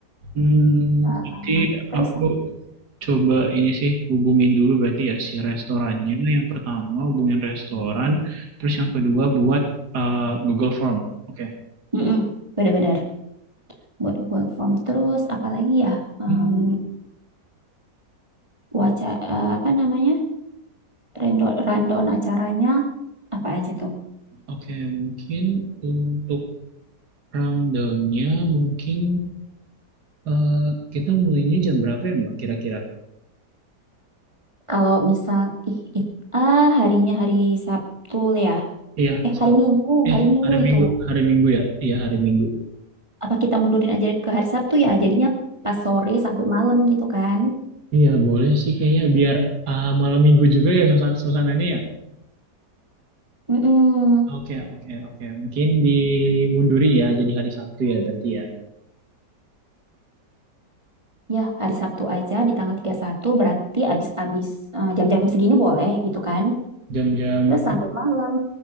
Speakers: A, on the right; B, on the right.
A: Hmm,
B: Um,
A: jadi
B: terus
A: aku coba ini sih hubungin dulu berarti ya si restorannya. Yang pertama hubungin restoran, terus yang kedua buat eh, Google Form. Oke.
B: Mm-mm, benar-benar buat work from terus apalagi ya um,
A: Hmm,
B: waca eh, apa namanya rando rundown acaranya apa aja tuh
A: oke, mungkin untuk rundownnya mungkin eh, kita mulainya jam berapa ya Mbak kira-kira?
B: kalau misal ih it, ah harinya hari Sabtu ya
A: Iya,
B: eh
A: Sab-
B: hari Minggu
A: eh
B: hari Minggu
A: hari
B: itu
A: Minggu, hari Minggu ya. Iya, hari Minggu.
B: apa kita mundurin aja ke hari Sabtu ya jadinya pas sore sampai malam gitu kan
A: Iya, boleh sih kayaknya biar eh, malam Minggu juga ya suasan- suasananya ya.
B: Mm-mm.
A: Oke, oke, oke. Mungkin dimundurin ya jadi hari Sabtu ya berarti ya.
B: ya hari Sabtu aja di tanggal 31 berarti abis-abis eh, jam-jam segini boleh gitu kan
A: Jam-jam
B: terus sampai malam